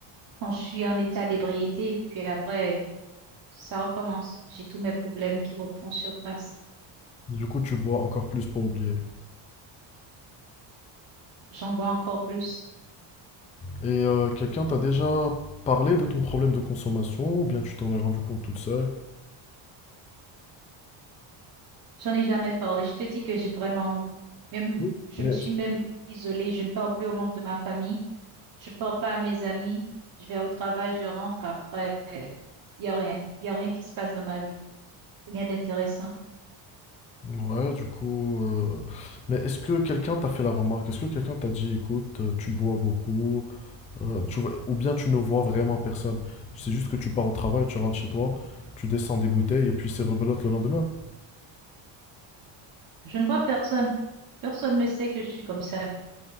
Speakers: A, on the right; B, on the left.
A: Quand je suis en état d'ébriété, et puis après, ça recommence. J'ai tous mes problèmes qui refont surface.
B: Du coup, tu bois encore plus pour oublier.
A: J'en bois encore plus.
B: Et euh, quelqu'un t'a déjà parlé de ton problème de consommation ou bien tu t'en es rendu compte toute seule?
A: J'en ai jamais parlé. Je te dis que j'ai vraiment honte. Même,
B: Oui.
A: je
B: Mais
A: me suis même isolée. Je ne parle plus aux membres de ma famille. Je parle pas à mes amis. Je vais au travail, je rentre après. Il y a rien. Il y a rien qui se passe dans ma vie. Rien d'intéressant.
B: Ouais, du coup. euh, Mais est-ce que quelqu'un t'a fait la remarque? Est-ce que quelqu'un t'a dit, écoute, euh, tu bois beaucoup, euh, tu vois- ou bien tu ne vois vraiment personne? C'est juste que tu pars au travail, tu rentres chez toi, tu descends des bouteilles et puis c'est rebelote le lendemain.
A: Je ne vois personne. Personne ne sait que je suis comme ça.